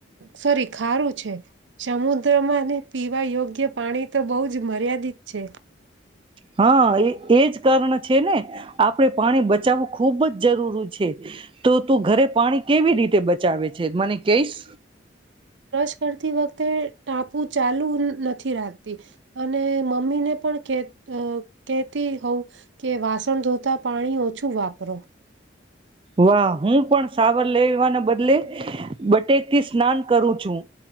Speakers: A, on the right (about 75°); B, on the right (about 25°).
A: સોરી, ખારું છે, સમુદ્રમાંને પીવા યોગ્ય પાણી તો બહુ જ મર્યાદિત છે.
B: હા, એ એજ કારણ છે ને આપણેે પાણી બચાવવું ખૂબ જ જરૂરી છે. તો તું ઘરે પાણી કેવી રીતે? તે બચાવે છે, મને કહીશ?
A: બ્રશ કરતી વખતે ટાપુ ચાલુ નથી રાખતી, અને મમ્મી ને પણ. કે, કેતી હોવ. કે વાસણ ધોતા પાણી ઓછું વાપરો.
B: વાહ, હું પણ સાવર લેવાને બદલે બટેકથી સ્નાન કરું છું,